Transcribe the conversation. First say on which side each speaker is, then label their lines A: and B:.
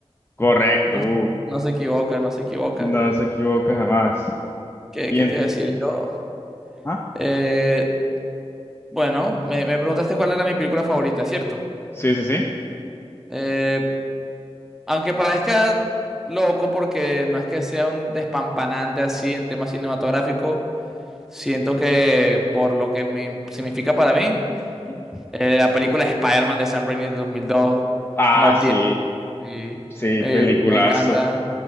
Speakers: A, on the left; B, in the centre.
A: Correcto.
B: No,
A: uh,
B: no se equivoca, no se equivoca.
A: no se equivoca jamás.
B: ¿Qué,
A: Y
B: qué
A: en...
B: te iba a decir yo?
A: ¿Ah?
B: Eh, bueno, me, me preguntaste cuál era mi película favorita, ¿cierto?
A: Sí, sí, sí.
B: Eh, Aunque parezca loco porque no es que sea un despampanante así en temas cinematográficos, siento que por lo que me significa para mí,
A: Ujú.
B: eh, la película de Spider-Man de Sam Raimi de 2002
A: Ah,
B: no
A: sí.
B: tiene... sí,
A: Sí,
B: eh,
A: peliculazo.
B: me encanta,